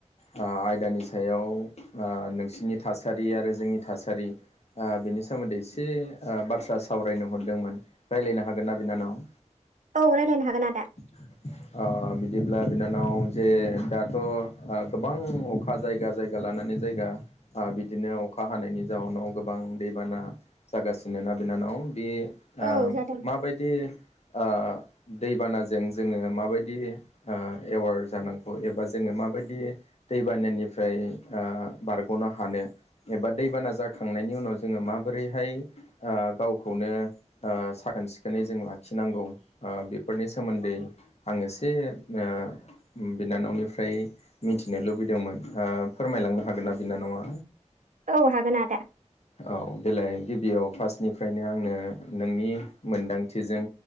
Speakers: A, on the left; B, on the right.
A: ओ आयदानि ओ सायाव नोंसिनि थासारि आरो जोंनि थासारि ओ बिनि सोमोन्दै एसे ओ बाथ्रा सावरायनो हरदोंमोन रायज्लायनो हागोनना बिनानाव
B: औ रायज्लायनो हागोन आदा
A: <inaudible> अ बिदिब्ला बिनानाव जे दाथ' गोबां अखा जायगा जायगा जायगा लानानै जायगा आ बिदिनो अखा हानायनि जाउोनाव गोबां दैबाना जागासिनो ना बिनानाव बे आ
B: औ जादों
A: माबायदि आ दैबानाजों जोङो माबायदि आ एवार जानांगौ एबा जोङो माबायदि दैबानानिफ्राय आ बारग'नो हानो। एबा दैबाना जाखांनायनि उनाव जोङो माबोरैहाय ओ गावखौनो आ साखोन सिखोनै जों लाखिनांगौ आ बेफोरनि सोमोन्दै आं एसे ओ बिनानावनिफ्राय मिथिनो लुबैदोंमोन ओ फोरमायलांनो हागोनना बिनानावा?
B: औ हागोन आदा।
A: औ देलाय गिबियाव फार्स्टनिफ्रायनो आंनो नोंनि मोनदांथिजों